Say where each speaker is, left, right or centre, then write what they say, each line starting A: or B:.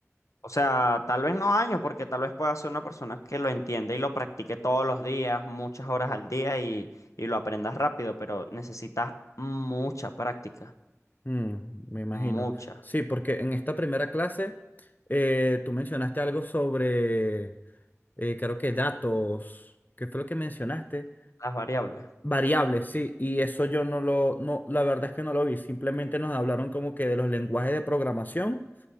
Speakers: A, on the left (about 85°); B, on the left (about 35°).
A: O sea, tal vez no años, porque tal vez pueda ser una persona que lo entienda y lo practique todos los días, muchas horas al día y, y lo aprendas rápido, pero necesitas mucha práctica,
B: Mm, me imagino.
A: mucha.
B: Sí, porque en esta primera clase eh, tú mencionaste algo sobre, eh, creo que datos. ¿Qué fue lo que mencionaste?
A: Las variables.
B: Variables, sí, y eso yo no lo, no, la verdad es que no lo vi, simplemente nos hablaron como que de los lenguajes de programación